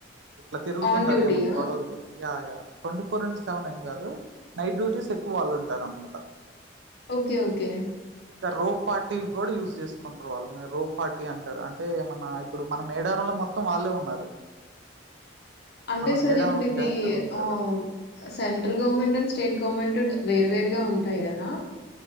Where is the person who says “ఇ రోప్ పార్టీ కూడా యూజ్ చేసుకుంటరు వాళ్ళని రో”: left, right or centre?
Right